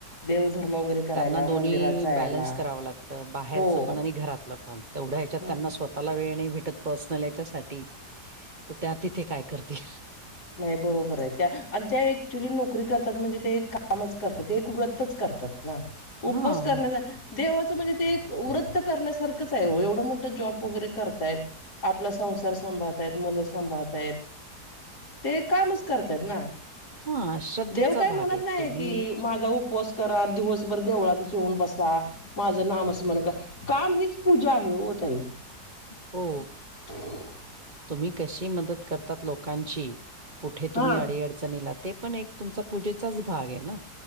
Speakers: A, on the left; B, on the right.
A: देव धर्म वगैरे. करायला
B: त्यांना दोन्ही
A: मंदिरात जायला
B: बॅलन्स करावं लागतं बाहेरचं
A: हो
B: पण आणि घरातलं पण तेवढ्या ह्याच्यात
A: हम्म
B: त्यांना स्वतः ताला वेळ नाही भेटत पर्सनल याच्या साठी तर त्या तिथे काय करतील
A: नाही बरोबर आहे त्या आणि त्या अँक्च्युली नोकरी करतात म्हणजे ते कामच करतात एक व्रतच करतात ना उपवास
B: हा
A: करणचा देवाचं म्हणजे ते एक वृत्त करण्यासारखंच आहे हो एवढं मोठं जॉब वगैरे करतायत. आपला संसार सांभाळतायत मुलं सांभाळताय आहेत ते कामच करतायत ना
B: हा श्रद्धेचा
A: देव काही
B: भाग
A: म्हणत
B: आहे
A: नाही
B: तुम्ही
A: कि माझा उपवास करा दिवसभर देवळातच येऊन बसा माझं नाम स्मरण करा काम हीच पूजा आहे ओ ताई
B: हो
A: हो <unintelligible> <inaudible>
B: तुम्ही कशी मदत करतात लोकांची कुठे
A: हा
B: तुम्ही अडी अडचणीला ते पण एक तुमचा पूजेचाच भाग आहे ना